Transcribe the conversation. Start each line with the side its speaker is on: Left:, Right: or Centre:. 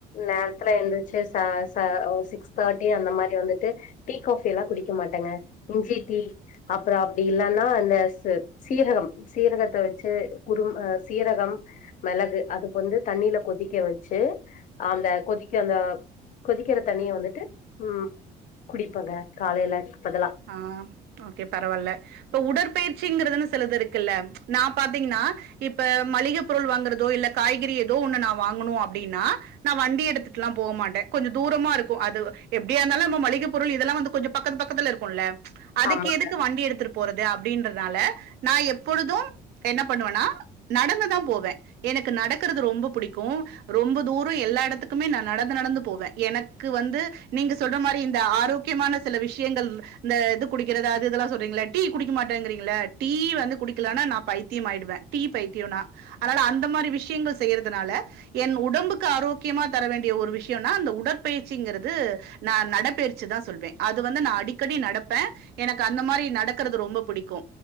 Left: நேரத்துல எந்துருச்சு ச ச ஒ சிக்ஸ் தேர்ட்டி அந்த மாரி வந்துட்டு டீ காஃபில்லா குடிக்க மாட்டேங்க இஞ்சி டீ அப்றோ அப்டி இல்லனா நேசர் சீரகம் சீரகத்த வச்சு குறு அ சீரகம் மிளகு அதுக்கு வந்து தண்ணியில கொதிக் க வச்சு அந்த கொதிக்க அந்த கொதிக்கிற தண்ணிய வந்துட்டு ம் குடிப்பங்க காலையில டீக்கு பதிலா
Right: ஆ ஓகே பரவால்ல ப்ப உடற்பயிற்சிங்கறிதுன்னு சிலது இருக்குல்ல நா பாத்தீங்ன்னா இப்ப மளிக பொருள் வாங்குறதோ இல்ல காய்கறி ஏதோ ஒண்ணு நா வாங்கனு அப்டின்னா நா வண்டி எடுத்துட்லா போக மாட்டே கொஞ்சோ தூரமா இருக்கு அது எப்டியா இருந்தாலு நம்ம மளிக பொருள் இதெல்லா வந்து கொஞ்சோ பக்கத் பக்கத்துல இருக் குல்ல அதுக்கு
Left: ஆமாங்க.
Right: எதுக்கு வண்டி எடுத்துட்டு போறது அப்டின்றதுனால நா எப்பொழுது என்ன பண்ணுவன்னா நடந்துதா போவே எனக்கு நடக்றது ரொம்ப புடிக்கு ரொம்ப தூரோ எல்லா எடத்துக்குமே நா நடந்து நடந்து போவே எனக்கு வந்து நீங்க சொல்ற மாரி இந்த ஆரோக் கியமான சில விஷ்யங்கள் இந்த இது குடிக்கிறது அது இதெல்லா சொல்றீங்ள டீ குடிக்க மாட்டேங்றீங்ள டீ வந்து குடிக்கலானா நா பைத்தியமாயிடுவ டீ பைத்தியோ நா அதனால அந்த மாரி விஷ்யங்கள் செய்யறதுனால என் உடம்புக்கு ஆரோக்கியமா தர வேண்டிய ஒரு விஷ்யொன்னா அந்த உடற்பயிற்சிங்கிறது நா நடபெயற்சி தா சொல்வே அது வந்து நா அடிக் கடி நடப்பே எனக்கு அந்த மாரி நடக்குறது ரொம்ப புடிக்கு